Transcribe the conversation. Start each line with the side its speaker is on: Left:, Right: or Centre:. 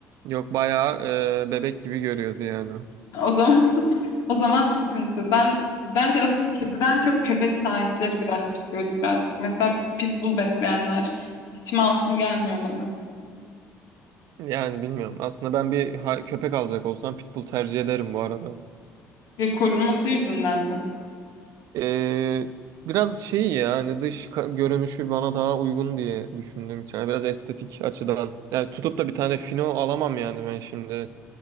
Right: Yok bayağı e, bebek gibi görüyordu yani.
Left: O zaman <laughs> o zaman sıkıntı. Ben bence asıl kediden çok köpek sahipleri biraz psikolojik rahatsızlık. Mesela pitbull besleyenler hiç masum gelmiyor bana.
Right: Yani bilmiyorum. Aslında ben bir ha- köpek alacak olsam pitbull tercih ederim bu arada.
Left: Ve korunması yüzünden mi?
Right: Ee, biraz şey ya hani dış ka- görünüşü bana daha uygun diye düşündüğüm için. Yani biraz estetik açıdan. Yani tutup da bir tane fino alamam yani ben şimdi.